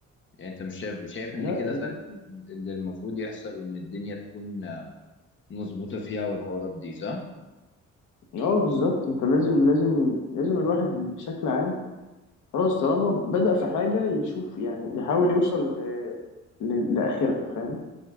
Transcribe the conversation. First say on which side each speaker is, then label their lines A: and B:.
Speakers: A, on the left; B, on the left.
A: يعني انت مش شايف شايف
B: لا
A: ان كده
B: يعني-
A: فاهم اللي المفروض يحصل وان الدنيا تكون مظبوطة فيها والحوارات دي صح
B: اه بالظبط انت لازم لازم لازم الواحد بشكل عام خلاص طالما بدأ في حاجة يشوف يعني يحاول يوصل ل- ل- لآخرها فاهم